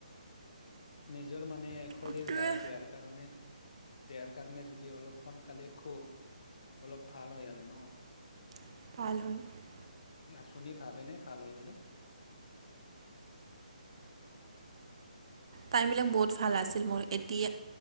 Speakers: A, on the left (about 50°); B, on the right (about 45°).
A: নিজৰ মানে
B: সেইটোৱে।
A: শৰীৰ বা দেহাৰ কাৰণে। দেহাৰ সেইকাৰণে যদি অলপ সোনকালে সুওঁ অলপ ভাল হয় আৰু ন।
B: <inaudible>
A: আপুনি ভাবেনে ভাল হয় বুলি?
B: টাইমবিলাক বহুত ভাল আছিল। মোৰ এতিয়া